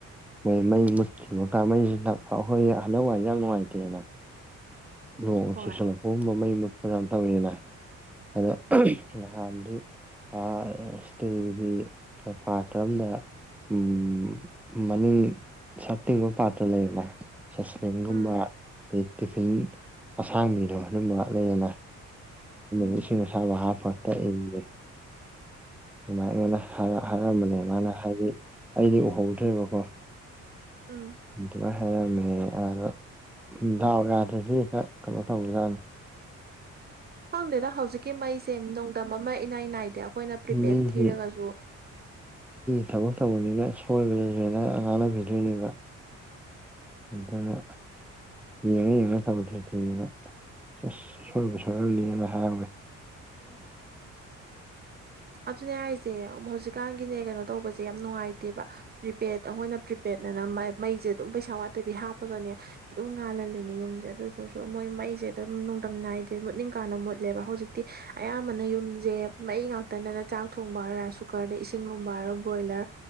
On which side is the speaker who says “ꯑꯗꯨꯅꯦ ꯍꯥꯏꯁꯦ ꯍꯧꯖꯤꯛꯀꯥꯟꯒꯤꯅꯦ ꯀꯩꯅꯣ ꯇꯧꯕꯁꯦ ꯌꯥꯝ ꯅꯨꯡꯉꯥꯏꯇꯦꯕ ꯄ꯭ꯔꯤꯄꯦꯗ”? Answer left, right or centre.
Right